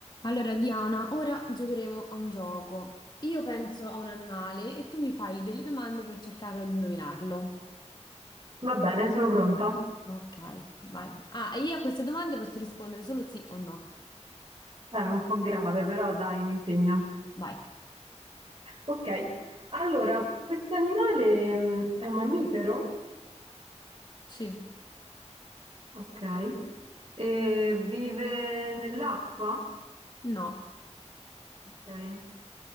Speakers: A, on the left (about 35°); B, on the right (about 45°).
A: Allora, Diana, ora giocheremo a un gioco. Io penso a un animale e tu mi fai delle domande per cercare di indovinarlo.
B: Va bene, sono pronta.
A: Ok, vai. Ah, e io a queste domande posso rispondere solo sì o no.
B: Era un po' grave, però dai, mi impegno.
A: Vai.
B: Ok, allora, questo animale mh, è un mammifero,
A: Sì.
B: ok, e vive nell'acqua,
A: No.
B: ok,